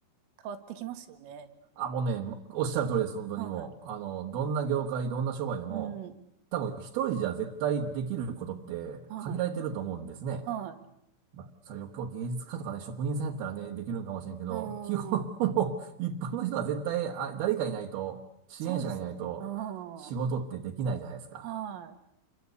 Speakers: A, on the right; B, on the right.
A: 変わってきますよね。
B: あ、もうね、おっしゃる通りです、
A: うん、
B: 本当にもう。
A: はい。
B: あの、どんな業界、どんな商売でも、
A: うん。
B: 多分一人じゃ絶対できることって限られてると思うんですね。
A: はい。はい。
B: まあ、それよっぽど芸術家とかね、職人さんやったらね、できるのかもしれんけど、
A: うん。
B: 基本もう一般の人は絶対、あ、誰かいないと、支援者がいないと、
A: そうですよね。う
B: 仕事ってできないじゃないですか。
A: ん。は